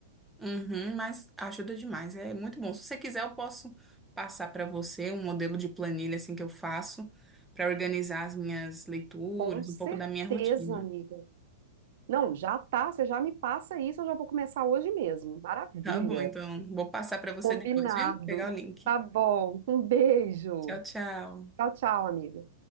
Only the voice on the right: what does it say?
Com certeza,
amiga. Não, já tá, você já me passa isso, eu já vou começar hoje mesmo. Maravilha.
Combinado.
Tá bom. Um beijo.
Tchau, tchau, amiga.